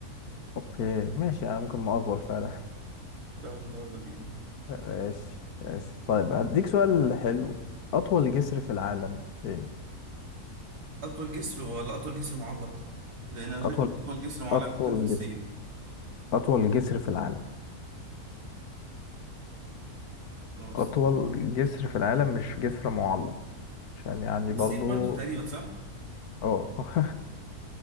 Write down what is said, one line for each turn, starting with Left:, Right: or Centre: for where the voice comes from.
Left: اوكي ماشي انا ممكن ما افور فعلا
Right: طب يلا بينا
Left: <laughs> ماشي ماشي طيب هديك سؤال حلو اطول جسر في العالم فين
Right: أطول جسر ولا أطول جسر معلق؟ لأن أنا فاكر
Left: اطول
Right: أطول جسر معلق
Left: اطول
Right: ده كان في الصين
Left: جسر اطول جسر في العالم
Right: هو في الصين
Left: اطول جسر في العالم مش جسر معلق عشان يعني
Right: في
Left: برضو
Right: الصين برضه تقريبا صح؟
Left: اه <laughs>